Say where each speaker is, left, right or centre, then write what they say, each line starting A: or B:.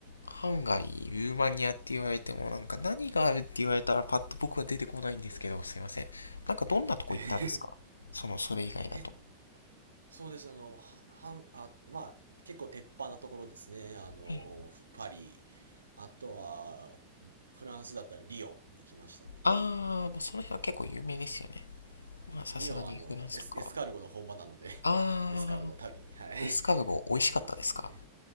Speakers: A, on the left; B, on the right.
A: ハンガリー、ルーマニアって言われても、なんか何があるって言われたらパッと僕は出てこないんですけど、すいません。なんかどんなとこ行ったんですかその、
B: えー
A: それ以外だと。
B: <laughs> え、そうです。あの、ははん、あ、まあ、結構鉄板なところですね。あの、
A: はい。
B: ふパリ、あとは、フランスだったらリヨンに来ましたね。
A: あー、まあ、その辺は結構有名ですよね。まあ、さすがにフランスとかは。
B: リヨン、あの、エス、エスカルゴの本場なので
A: あ
B: <laughs> エスカルゴを食べに、はい。
A: ー、エスカルゴ美味しかったですか
B: <laughs> リヨンに、え、